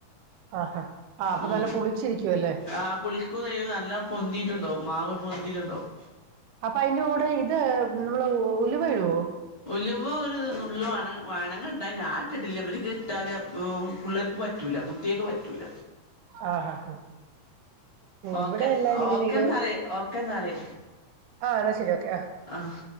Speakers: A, on the right; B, on the left.
A: ആ ആ അപ്പൊ
B: ഉം
A: നല്ല പുളിച്ചിരിക്കുമല്ലേ
B: ആഹ് പുളിക്കും നെയ്യും നല്ല പൊന്തിയിട്ടുണ്ടാവും മാവ് പൊന്തിയിട്ടുണ്ടാവും
A: അപ്പൊ അതിന്റെ കൂടെ ഇത് നമ്മള് ഉലുവായിടുവോ
B: ഉലുവ ഒരു നുള്ള് വണ വണങ്ങാണ്ടാ ഞാന് ഇട്ടിട്ടില്ല ഇവർക്ക് ഇട്ടാല് അപ്പൊ പിള്ളേർക്ക് പറ്റൂല കുട്ടിയെക് പറ്റൂല
A: ആ ഹ ഹാ
B: ഓക്കെ
A: ഇവിടെ എല്ലാരുമിങ്ങനെയൊരു
B: ഓക്കെ എന്നാല് ഓക്കെ എന്നാല്
A: ആ എന്നാ ശരി ഓക്കെ ആ
B: ആഹ്